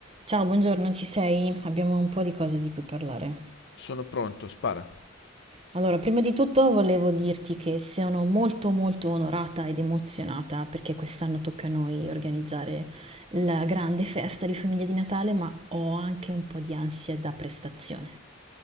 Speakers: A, on the right (about 30°); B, on the left (about 60°).
A: Ciao, buongiorno, ci sei? Abbiamo un po' di cose di cui parlare.
B: Sono pronto, spara.
A: Allora, prima di tutto volevo dirti che sono molto molto onorata ed emozionata perché quest'anno tocca a noi organizzare la grande festa di famiglia di Natale, ma ho anche un po' di ansia da prestazione.